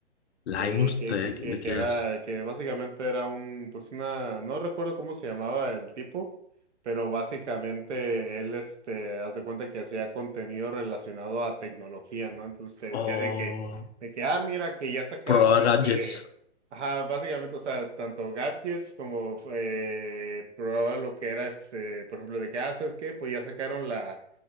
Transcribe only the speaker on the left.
Linus
Tech,
¿de
qué
es?
Oh,
Proa
Gadgets.